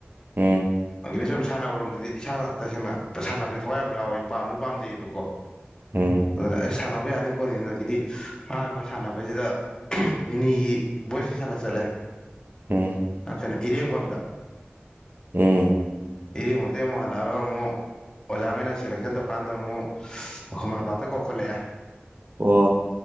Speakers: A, on the right; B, on the left.
A: ꯎꯝ
B: ꯅꯦꯁꯨꯝꯝ ꯁꯥꯟꯅꯕꯔꯣꯝꯗꯗꯤ ꯏꯁꯥꯅ ꯇꯁꯦꯡꯅ ꯁꯥꯟꯅꯕꯖꯦ ꯊꯋꯥꯏ ꯌꯥꯝ ꯌꯥꯎꯋꯦ ꯄꯥꯝꯁꯨ ꯄꯥꯝꯖꯩꯌꯦꯕꯀꯣ
A: ꯎꯝ
B: ꯑꯗꯨꯅ ꯑꯦ ꯁꯥꯟꯅꯕ ꯌꯥꯅꯤ ꯈꯣꯠꯅꯤ ꯑꯗꯨꯗꯒꯤꯗꯤ ꯑꯍꯥꯟꯕ ꯁꯥꯟꯅꯕꯁꯤꯗ ꯃꯤꯅꯤꯒꯤ ꯚꯣꯏꯁꯀꯤ ꯁꯥꯟꯅ ꯆꯠꯂꯦ
A: ꯎꯝ
B: ꯀꯩꯅꯣ ꯏꯔꯦꯡꯕꯝꯗ
A: ꯎꯝ
B: ꯏꯔꯦꯡꯕꯝꯗꯩ ꯑꯃꯨꯛ ꯍꯜꯂꯛꯑꯒ ꯑꯃꯨꯛ ꯑꯣꯖꯥꯒꯩꯅ ꯁꯦꯂꯦꯛꯁꯟ ꯇꯧꯀꯥꯟꯗ ꯑꯃꯨꯛ ꯈꯨꯃꯜꯂꯝꯄꯥꯛꯇ ꯀꯧꯈꯠꯂꯛꯑꯦ
A: ꯑꯣ